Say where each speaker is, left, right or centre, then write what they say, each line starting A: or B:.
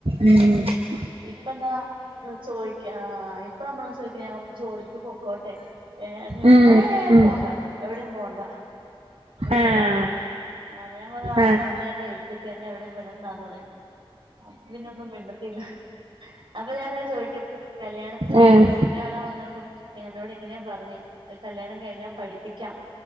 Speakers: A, on the right; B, on the right.
A: ഉ
B: ഇപ്പെന്താ ചോദിക്ക ആ ഇപ്പ നമ്മള ചോദിക്ക ഞ ജോലിക്ക് പോക്കോട്ടെ ഏന്ന് ചോദിച്ചാഏ
A: ഉം ഉം
B: പോണ്ട എവിടെയും പോണ്ട അവിടെ
A: ആഹ്
B: ഇരുന്നാ മതി ആ ഞാൻ പറഞ്ഞ അന്നവിടെ
A: ആഹ്
B: എന്നെ എരുത്തിക്കന്നെ അവിടെയും വിടണ്ടാന്ന് പറയും അപ്പം പിന്നെ ഒന്നും മിണ്ടത്തില്ല അപ്പൊ ഞാൻ ങ്ങനെചോദിക്കും കല്യാണത്തിന് മുന്നേ
A: ആഹ്
B: പെൺ ണ വന്നപ്പം എന്നോട് ഇങ്ങനെ പറഞ് കല്യാണം കഴിഞ്ഞാൽ പഠിപ്പിക്കാം